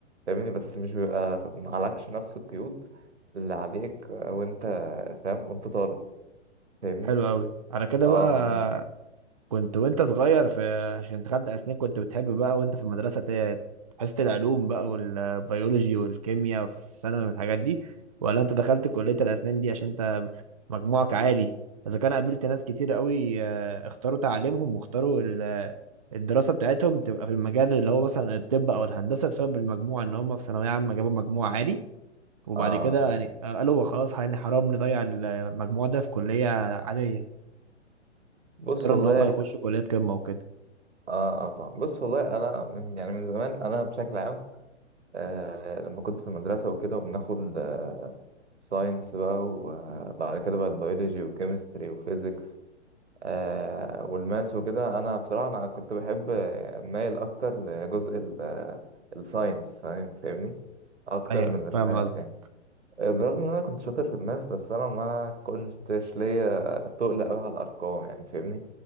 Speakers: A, on the right; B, on the right.
A: فاهمني بس مش بيبقى معلكش نفس القيود اللي عليك وأنت فاهم وأنت طالب فاهمني
B: حلو قوي على كده
A: اه
B: بقى كنت وانت صغير في عشان دخلت اسنان كنت بتحب بقى وانت في المدرسه ت- حصه العلوم بقى والبيولوجي والكيمياء في ثانوي والحاجات دي ولا انت دخلت كليه الاسنان دي عشان انت مجموعك عالي اذا كان قابلت ناس كتير قوي آه، اختاروا تعليمهم واختاروا ال- الدراسه بتاعتهم تبقى في المجال اللي هو مثلا الطب او الهندسه بسبب المجموع ان هم في ثانويه عامه جابوا مجموع عالي وبعد
A: اه
B: كده
A: فاهم
B: يعني آه، قالوا هو خلاص يعني حرام نضيع المجموع ده في كلية عادية
A: بص
B: اختاروا
A: والله
B: ان هم يخشوا كليات قمة وكده
A: اه اه فاهم بص والله انا من يعني من زمان انا بشكل عام آه لما كنت في المدرسه وكده وبناخد آه ساينس بقى وبعد كده بقى بيولوجي وكيمستري وفيزيكس آه والماس وكده انا بصراحه انا كنت بحب آه، مايل اكتر لجزء الساينس فاهمني اكتر
B: ايوه
A: من الماس
B: فاهم قصدك
A: يعني برغم ان انا كنت شاطر في الماس بس انا ما كنتش ليا تقل قوي على الارقام يعني فاهمني